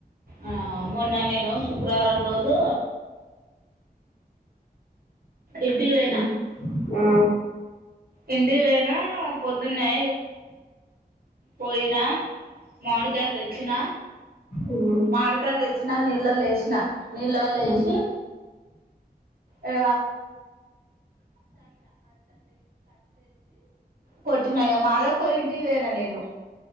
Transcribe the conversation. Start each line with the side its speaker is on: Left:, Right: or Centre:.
Right: ఆ మొన్న నేను శుక్రవారం రోజు ఇంటికి పోయినా
Left: ఉమ్ అ
Right: ఇంటికి పోయిన పొద్దునే పోయినా మార్కాయలు తెచ్చిన
Left: మ్మ్
Right: మార్కాయలు తెచ్చి వచ్చినా నీళ్ళ లేసిన నీళ్ళ లే
Left: మ్మ్
Right: వేసి అ కొట్టినయ మాదవక్క ఇంటివేనా నేను